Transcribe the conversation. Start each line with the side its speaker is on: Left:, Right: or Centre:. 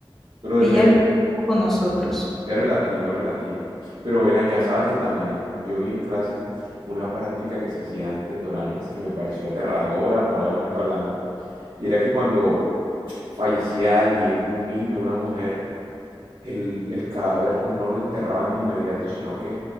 Right: pero
Centre: ella
Right: depende.
Centre: vive un poco con nosotros.
Right: Es relativo, es relativo. Pero ven acá, sabes que también yo vi en clase una práctica que se hacía antes doranis, y me pareció aterradora moralmente hablando. Y era que cuando fallecía alguien, un niño, una mujer, el, el cadáver no lo enterraban de inmediato, sino que